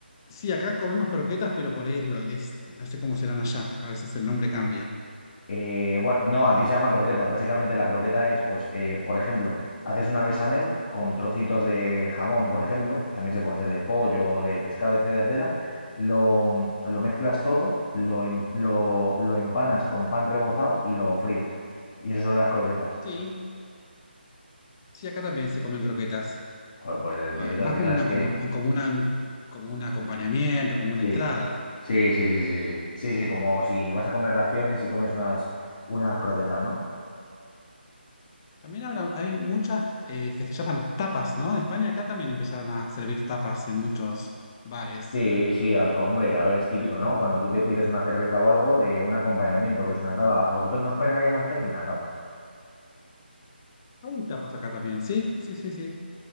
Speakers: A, on the left (about 20°); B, on the left (about 40°).
A: sí, acá comemos croquetas, pero por ahí es lo, es, no sé cómo serán allá, a veces el nombre cambia.
B: Eh, bueno, no, aquí se llama croquetas. Básicamente la croqueta es, pues, eh, por ejemplo, haces una bechamel con trocitos de jamón, por ejemplo, también se puede hacer de pollo, de pescado, etcétera, etcétera. Lo, lo mezclas todo, lo, em- lo- lo empanas con pan rebozado y lo fríes. Y eso son las croquetas.
A: Sí, sí, acá también se comen croquetas,
B: Joder, pues entonces
A: eh, más
B: al final
A: como una,
B: es que...
A: como, como una, como un acompañamiento, como
B: Sí,
A: una entrada.
B: sí, sí, sí, sí, sí. Sí, sí, como si vas a comer raciones y comes unas, unas croquetas, ¿no?
A: También ahora hay muchas eh, que se llaman tapas, ¿no? En España acá también empezaron a servir tapas en muchos bares.
B: Sí, sí, al- hombre, a ver, es típico, ¿no? Cuando tú te pides una cerveza o algo, eh, un acompañamiento, que es una tapa. ¿A vosotros nos ponen ahí en Argentina tapas?
A: Hay tapas acá también, sí, sí, sí, sí.